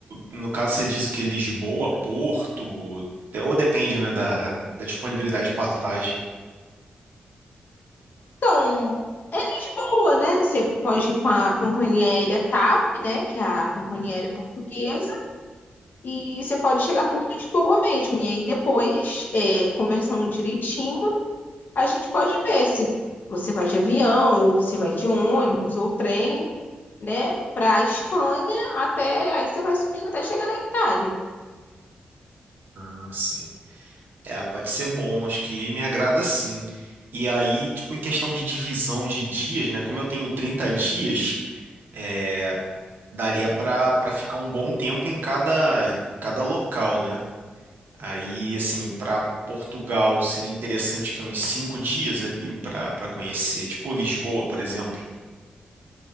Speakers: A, on the right (about 70°); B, on the left (about 60°).
A: no caso, você diz que Lisboa, Porto, é, ou depende, né, da, da disponibilidade de passagem.
B: Então, é Lisboa, né? Você pode ir com a companhia aérea TAP, né? Que é a companhia aérea portuguesa. E você pode chegar por Lisboa mesmo. E aí depois, é, conversando direitinho, a gente pode ver se você vai de avião, ou você vai de ônibus, ou trem, né? Para a Espanha, até aí você vai subindo até chegar na Itália.
A: Ah, sim. É, pode ser bom, acho que me agrada sim. E aí, tipo, em questão de divisão de dias, né, como eu tenho 30 dias, é, daria para para ficar um bom tempo em cada, em cada local, né? Aí, assim, para Portugal seria interessante que uns cinco dias ali para para conhecer, tipo Lisboa, por exemplo.